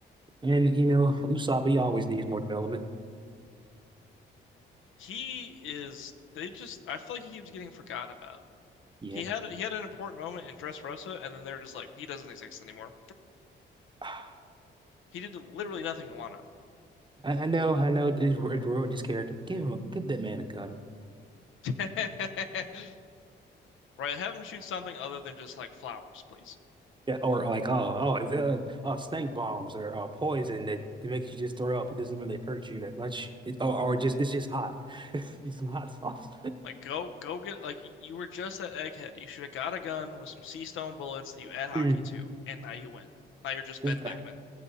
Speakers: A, on the right; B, on the left.
A: And you know, Usopp, he always needs more development.
B: He is. They just. I feel like he keeps getting forgotten about.
A: Yeah.
B: He had he had an important moment in Dressrosa, and then they're just like he doesn't exist anymore.
A: <sighs>
B: He did literally nothing in Wano.
A: I, I know. I know it is ru- it ruined his character, but give him a, give that man a gun.
B: <laughs> Right, have him shoot something other than just like flowers, please.
A: Yeah, or like, oh, oh, uh, oh, stink bombs or uh, poison that, that makes you just throw up. It doesn't really hurt you that much. It, or, or just it's just hot. <laughs> It's some hot sauce.
B: Like go go get like you were just that egghead. You should have got a gun with some sea stone bullets that you add hockey
A: Mm.
B: to,
A: <laughs>
B: and now you win. Now you're just
A: This-
B: Ben
A: uh,
B: Beckman.